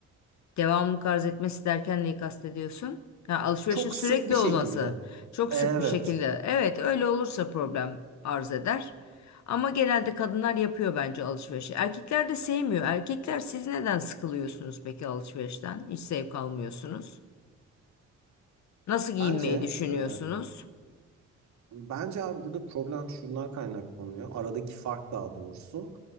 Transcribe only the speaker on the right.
Çok
sık bir şekilde.
Evet.
Bence
e, bence abi burada problem şundan kaynaklanıyor. Aradaki fark daha doğrusu.